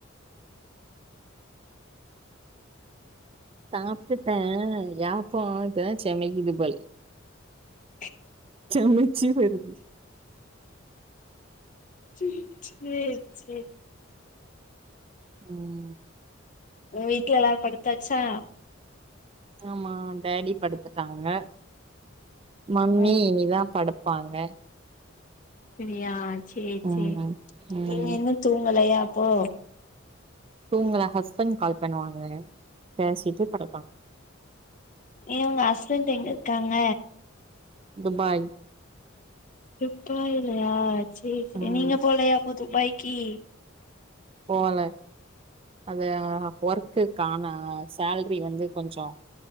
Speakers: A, on the right; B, on the left.
A: சாப்ட்டுட்டே யாப்போ இப்பதா செமைக்குது போல
B: <unintelligible>
A: செமைச்சி வருது
B: செர் செரி
A: ம்
B: உங்க வீட்டுல எல்லாரு படுத்தாச்சா
A: ஆமா டேடி படுத்துட்டாங்க மம்மி
B: ம்
A: இனிதா படு பாங்க
B: செரியா செரி
A: ம்
B: செரி
A: ம்
B: நீங்க இன்னு தூங்கலையாப்போ
A: தூங்கள ஹஸ்பண்ட் கால் பண்ணுவாங்க பேசிட்டு படுக்கானு
B: ஏ உங்க ஹஸ்பண்ட் எங்க இருக்காங்க
A: துபாய்
B: துபாயலையா செரி செரி
A: ம்
B: நீங்க போலையா அப்போ துபாய்க்கி
A: போல அது ஒர்க்குக்கான சேல்ரி வந்து கொஞ்சோ